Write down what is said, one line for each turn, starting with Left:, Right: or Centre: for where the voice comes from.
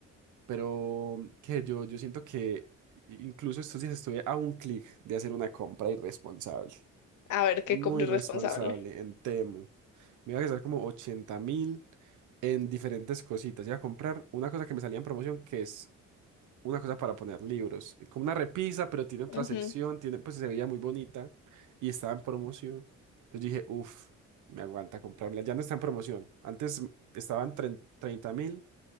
Right: pero que yo, yo siento que i- incluso estos días estuve a un clic de hacer una compra irresponsable.
Left: A ver qué
Right: Muy
Left: compro
Right: responsable
Left: irresponsable.
Right: en Temu. Me iba a gastar como ochenta mil en diferentes cositas. Iba a comprar una cosa que me salía en promoción que es una cosa para poner libros, eh, como una repisa, pero tiene otra
Left: Ujú.
Right: sección, tiene, pues se veía muy bonita y estaba en promoción. Entonces dije, uff, me aguanta comprarla. Ya no está en promoción. Antes mm, estaban treinta mil